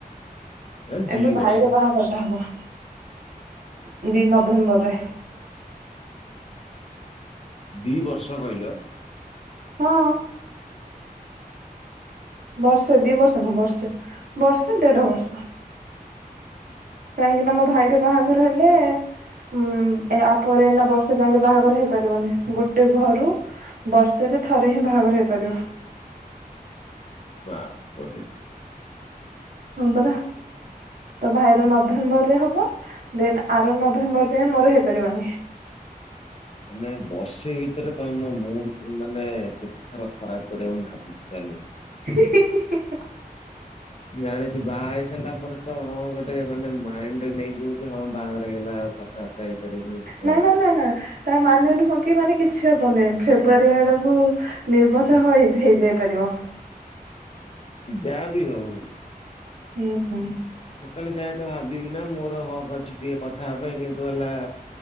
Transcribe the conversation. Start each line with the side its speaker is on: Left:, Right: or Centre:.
Left: ଆଉ
Right: ଏବେ
Left: ଦି
Right: ଭାଇର
Left: ବର୍ଷ
Right: ବାହାଘରଟା ହବ ଦି ନଭେମ୍ବର ରେ।
Left: ଦି ବର୍ଷ କହିଲ।
Right: ହଁ। ବର୍ଷେ ଦି ବର୍ଷ ନୁହଁ, ବର୍ଷେ ବର୍ଷେ ଦେଢ ବର୍ଷ। କାହିଁକି ନା ମୋ ଭାଇର ବାହାଘର ହେଲେ ଉଁ ଏ ଆପରେ ହେଲା ବର୍ଷେ ଯାଏକେ ବାହାଘର ହେଇପାରିବନି ଗୋଟେ ଘରୁ ବର୍ଷେ ରେ ଥରେ ହିଁ ବାହାଘର ହେଇପାରିବ।
Left: ବାପ୍ ପରେ।
Right: ହଁ ପରା। ତ ଭାଇର ନଭେମ୍ବର ରେ ହବ ଦେନ୍ ଆର ନଭେମ୍ବର ଯାଏ ମୋର ହେଇପାରିବନି।
Left: ମାନେ ବର୍ଷେ ଭିତରେ ତମେ ମୋ ମୁଡ୍ କୁ ମାନେ କେ ଏଥର ଖରାପ୍ କରିବ ମୁଁ ଭାବୁଛି ତାହେଲେ।
Right: ହିଁ- ହିଁ -ହିଁ -ହିଁ- ହିଁ।
Left: ଜାଣିଛି ବାହା ହେଇ ସାରିଲା ପରେ ତ ମୁଁ ଗୋଟେ ମାନେ ମାଇଣ୍ଡରେ ନେଇଯିବି କି ହଁ ବାହାଘର ହେଇଗଲା ଆଉ କଥାବାର୍ତ୍ତା ହେଇପାରିବିନି କି
Right: ନା
Left: କଣ।
Right: ନା ନା -ନା ତା ମାନେ ନୁହଁ କି ମାନେ କିଛି ହବନି ଫେବୃଆରୀ ଆଡକୁ ନିର୍ବନ୍ଧ ହୋଇ ହେଇଯାଇ ପାରିବ।
Left: ଯାହା ବି ହଉ।
Right: ହୁଁ ହୁଁ।
Left: ସେତେବେଳେ ଯାଏ ତ ଭାବିବି ନା ମୋର ହକ୍ ଅଛି ଟିକେ କଥା ହେବା ପାଇଁ କିନ୍ତୁ ହେଲା